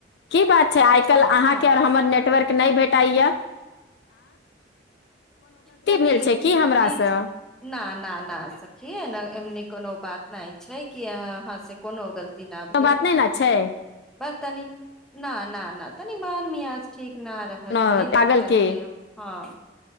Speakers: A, on the left; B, in the centre.
A: की बात छैक आइ काल्हि
B: हँ
A: अहाँके
B: हँ
A: आओर हमर नेटवर्क नहि भेटाइय
B: तनी
A: भेल छै की हमरासँ
B: बीज ना ना ना सखी न एमनी कोनो बात नहि छै कि अहाँसँ कोनो गलती ना
A: कोनो
B: भेल
A: बात नहि ने छै
B: बस तनी ना ना ना तनी मन मीयाज ठीक न रहल
A: कोनो
B: एहि
A: पागल
B: चलते
A: के
B: हँ